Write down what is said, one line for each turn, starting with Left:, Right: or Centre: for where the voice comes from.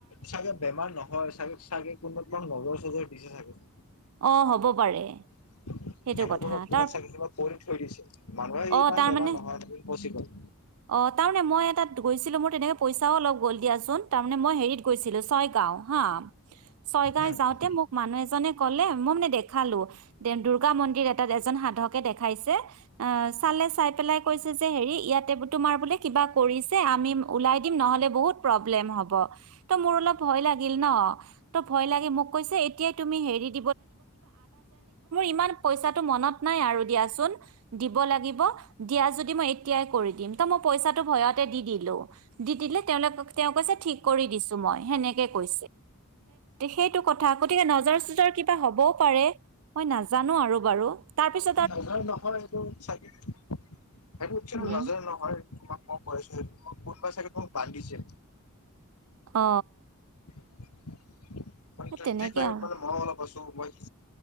Left: চাগে বেমাৰ নহয় চাগে চাগে কোনোবাই নজৰ চজৰ দিছে চাগে
Right: অ হ'ব পাৰে।
Left: <unintelligible>
Right: সেইটো কথা
Left: তোমাক‌
Right: তাৰ
Left: চাগে কিবা কৰি থৈ দিছে মানুহে
Right: অ
Left: ইমান
Right: তাৰমানে
Left: বেমাৰ নহয় ইম্পচিবল।
Right: অ তাৰমানে মই এটাত গৈছিলো মোৰ তেনেকে পইচাও অলপ গ'ল দিয়াচোন তাৰ মানে মই হেৰিত গৈছিলো ছয়গাও হা ছয়গাঁৱ
Left: উম,
Right: যাওঁতে মোক মানুহ এজনে কলে মই মানে দেখালো দুূৰ্গা মন্দিৰ এটাত এজন সাধকে দেখাইছে আ চালে চাই পেলাই কৈছে যে‌ হেৰী ইয়াতে তোমাৰ বোলে কিবা কৰিছে আমি ওলাই দিম নহ'লে বহুত প্ৰবলেম হ'ব টো মোৰ অলপ ভই লাগিল ন টো ভই লাগি মোক কৈছে এতিয়াই‌ তুমি হেৰীত ম ই পইচাটো মনত ন আৰু দাোন দিব লাগ দ য মই এতিয়াই কৰি দিম মই পইচাটো ভয়তে দি দিলো দি দিলে তেওঁ কৈ িক কৰি দিছো মই সেনেকে কৈ সেইটো কথা গকে ন প মই নানো আৰু ব তপিছ
Left: নজৰ নকৰে এইটো চাগে সেইটো কি
Right: উম
Left: নজৰ নহয় তোমাক কম <unintelligible> কোনোবাই চাগে তোমাক বান্ধিছে
Right: অ
Left: <inaudible> কণ্টিতিবাই
Right: তেনেকে আৰু
Left: মানে মন বোলা বস্তু মই